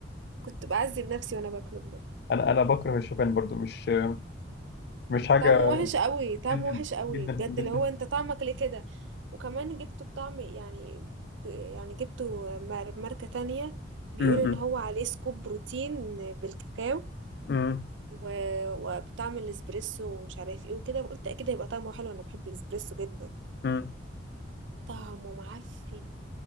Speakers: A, on the right; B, on the left.
A: كنت بعذب نفسي وانا باكله بجد
B: أنا أنا بكره الشوفان برضو مش آه، مش حاجة
A: طعمه وحش قوي طعمه
B: جدا
A: وحش قوي
B: جدا
A: بجد
B: جدا
A: اللي هو انت طعمك ليه كده وكمان جبته بطعم يعني ب- يعني جبته مار- ماركة تانية بيقول
B: م-
A: ان
B: م.
A: هو عليه سكوب بروتين بالكاكاو
B: امم
A: و... وبطعم الاسبريسو ومش عارف ايه وكده قلت اكيد هيبقى طعمه حلو انا بحب الاسبريسو جدا
B: امم
A: طعمه معفن